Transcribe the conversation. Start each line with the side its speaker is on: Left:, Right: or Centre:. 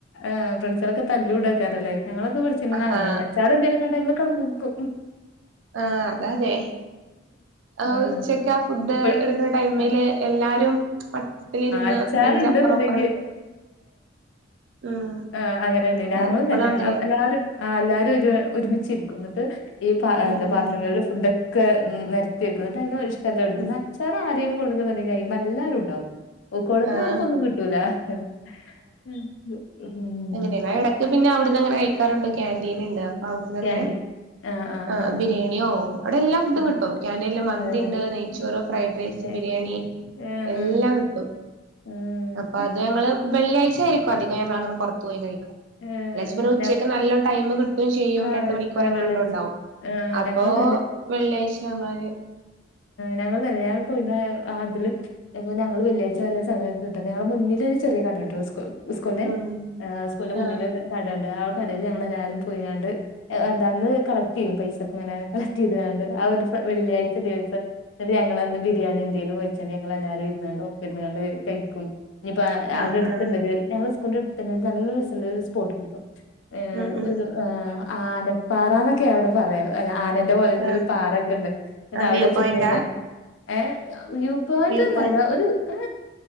Left: ആ ഫ്രണ്ട്സേളൊക്കെ തല്ലൂടാക്കാരല്ലേ ഞങ്ങളൊക്ക പഠിച്ചിനന്ന്
Right: ആഹാ
Left: അങ്ങെനെന്ന് അച്ചാറ് എന്തെലും കണ്ട അയ്മ ക്കണ് ബിഗും
Right: ആ അതെ അതെ ആ
Left: ആഹ്
Right: ഉചക്കാ ഫുഡ് ഡ്
Left: ഇപ്പഴും
Right: എടുക്ണ ടൈമില്
Left: ആഹ്
Right: എല്ലാരും വട്ടത്തിലിരുന്ന്
Left: അച്ചാറ്ണ്ട്ന്ന്ണ്ടെങ്കി
Right: ബെഞ്ച് അപ്പുറം അപ്പുറം ഇട്ട് ഉം
Left: ആ അങ്ങനെന്നെ ഞങ്ങളും
Right: അതൊക്കെ ഇപ്പളും
Left: തന്നെ
Right: അങ്ങനെയാ
Left: ഔ എല്ലാരും ആ എല്ലാരും ഒരു ഒരുമിച്ചിരിക്കും <unintelligible> ത് ഈ പ
Right: ഉം
Left: എന്താ
Right: ഉം
Left: പാത്രങ്ങളിൽ ഫുഡൊക്കെ നെരത്തി വെക്കും ഇന്നട്ട് അയ്ന്ന് ഇഷ്ടല്ലത് ഇടുക്കും
Right: ഉം
Left: ന്ന അച്ചാറാണ് <unintelligible> <unintelligible> എല്ലരും ഉണ്ടാവും ഓ കൊട്ന്നാക്ക്
Right: ആഹ്
Left: ഒന്നും കിട്ടൂലാ ഉം ഉം
Right: എങ്ങനെയെ എടക്ക് പിന്നെ അവി അങ്ങനെ കഴിക്കാറുണ്ട് കന്റീൻ ഇണ്ട് അവിട്ന്ന് അങ്ങനെ
Left: ക്യാൻ്റി ആഹ് ആഹ്
Right: ആ
Left: ആഹ്
Right: ബിരിയെണിയോ
Left: ഉം
Right: അവ്ടെ എല്ലാ ഫുഡും
Left: ഉം
Right: കിട്ടും ക്യാന്റീനില് മന്തി
Left: അതെല്ലേ
Right: ഇണ്ട് നെയ്ച്ചോറ് ഫ്രൈഡ്
Left: ഏഹ്
Right: റൈസ്
Left: ഏഹ്
Right: ബിരിയാണി
Left: ഏഹ്
Right: എല്ലാം കിട്ടും
Left: ഏഹ്
Right: അപ്പൊ അത് ഞങ്ങള് വെള്ളി ആഴ്ചായിരിക്കും അധികം ഞങ്ങള് പോറത്ത് പോയി കഴിക
Left: ഏഹ്
Right: വെള്ളിയാഴ്ച്ച പിന്നെ ഉച്ചക്ക്
Left: ഏഹ്
Right: നല്ല ടൈമ് കിട്ടും ചെയ്യും
Left: ആഹ്
Right: രണ്ട് മണിക്കൂർ എങ്ങാണ്ടോ
Left: വെള്ളിയാഴ്ച
Right: ഉണ്ടാവും
Left: ആഹ്
Right: അപ്പോ
Left: ഞങ്ങളും
Right: വെള്ളിയാഴ്ച അങ്ങള്
Left: ഞങ്ങളും തന്നെ പോയി അതില് ഞങ്ങള് വെള്ളിയഴ്ച വല്ല സമയൊക്കെ കിട്ടാനങ്കി ഞങ്ങൾടെ മുന്നില് ഒരു ചെറിയ കട ട്ടോ സ്കൂൾന്റെ
Right: ഉം
Left: സ്കൂൾന്റെ മുന്നിലോരു
Right: ആഹ്
Left: കടണ്ട് കടയിൽ ഞങ്ങളല്ലാരും പോയ്യാണ്ട് എന്താന്ന് കളക്ട് ചെയ്യും പൈസ ഒക്കെ ഇങ്ങനെ കളക്ട് ചെയ്താണ്ട് ആ ഒരു വെള്ളിഴിച്ച ദി ഞങ്ങളന്ന് ബിരിയാണി എന്തെലും കഴിച്ചാണ്ട് ഞങ്ങള് എല്ലാരും ഇരുന്നാണ്ട് ഒപ്പം ഇരിന്ന് കാണ്ട്കഴിക്കും ഇനിയിപ്പ
Right: ആഹ്
Left: അവിടെ എട്ത്ണ്ടോരു
Right: ആഹ്
Left: ഞ <unintelligible> നല്ലൊരു സ്ലലോ ഒരു സ്പോട്ട്ണ്ടോ ഏ
Right: ഉം ഉം
Left: ഒരു ആ ആന പാറനോക്കെ <unintelligible>
Right: ആഹ്
Left: <unintelligible> പാറൊക്കെ ഇണ്ട് ഇന്നട്ട്
Right: ആഹ്
Left: അവിടെ
Right: വ്യൂ
Left: <unintelligible>
Right: പോയിന്റാ
Left: യൂ പോയറ്റൊന്നും
Right: വ്യൂ പോയിന്റ്
Left: അല്ലാ ഒരു ഏ